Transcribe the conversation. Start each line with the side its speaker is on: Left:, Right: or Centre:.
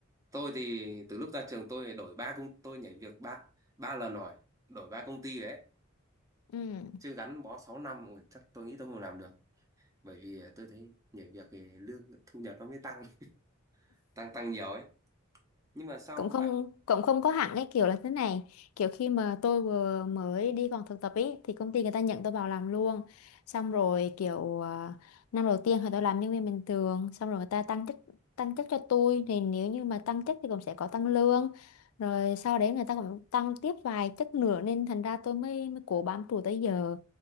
Right: tôi thì từ lúc ra trường tôi đổi ba công tôi nhảy việc ba ba lần rồi, đổi ba công ty rồi đấy.
Left: ừ
Right: Chứ gắn bó 6 năm ôi, chắc tôi nghĩ tôi không làm được. bởi vì à, tôi thấy nhảy việc thì lương thu nhập nó mới tăng <laughs> tăng tăng nhiều ấy nhưng mà sau
Left: cũng không
Right: bạn
Left: cũng không có hẳn cái kiểu là thế này kiểu khi mà tôi vừa mới đi còn thực tập ý thì công ty người ta nhận tôi vào làm luôn xong rồi kiểu à, năm đầu tiên thì tôi làm nhân viên bình thường xong rồi người ta tăng chức tăng chức cho tôi thì nếu như mà tăng chức thì cũng sẽ có tăng lương rồi sau đấy người ta cũng tăng tiếp vài chức nữa nên thành ra tôi mới mới cố bám trụ tới giờ